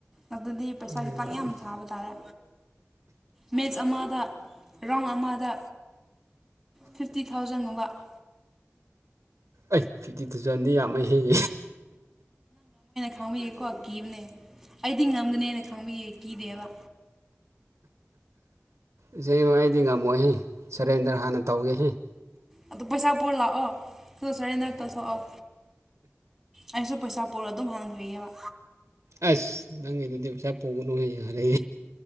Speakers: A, in the centre; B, on the right.
A: ꯑꯗꯨꯗꯤ ꯄꯩꯁꯥ
B: ꯑꯩ
A: ꯈꯤꯇꯥꯛ ꯌꯥꯝ ꯊꯥꯕ ꯇꯥꯔꯦ ꯃꯦꯆ ꯑꯃꯗ ꯔꯥꯎꯟ ꯑꯃꯗ ꯐꯤꯐꯇꯤ ꯊꯥꯎꯖꯟꯒꯨꯝꯕ ꯎ
B: ꯑꯩ ꯐꯤꯐꯇꯤ ꯊꯥꯎꯖꯟꯗꯤ ꯌꯥꯝꯃ ꯍꯦꯛ
A: ꯈꯥꯡꯕꯌꯦꯀꯣ ꯀꯤꯕꯅꯦ ꯑꯩꯗꯤ ꯉꯝꯒꯅꯦꯅ ꯈꯪꯕꯌꯦ ꯀꯗꯦꯕ
B: ꯏꯆꯃ ꯑꯩꯗꯤ ꯉꯝꯃꯣꯏꯍ ꯁꯔꯦꯟꯗꯔ ꯍꯥꯟꯅ ꯇꯧꯒꯦ
A: ꯑꯗꯨ ꯄꯩꯁꯥ ꯄꯨꯔ ꯂꯥꯛꯑꯣ ꯑꯗꯨ ꯁꯔꯦꯟꯗꯔ ꯇꯧ ꯁꯣꯛꯑꯣ ꯑꯩꯁꯨ ꯄꯩꯁꯥ ꯄꯨꯔ ꯑꯗꯨꯝ ꯍꯟꯈ꯭ꯔꯤꯑꯕ
B: ꯑꯁ ꯅꯪꯒꯤꯩꯅꯗꯤ ꯄꯩꯁꯥ ꯄꯨꯒꯅꯨ ꯍꯥꯏ ꯌꯥꯔꯦ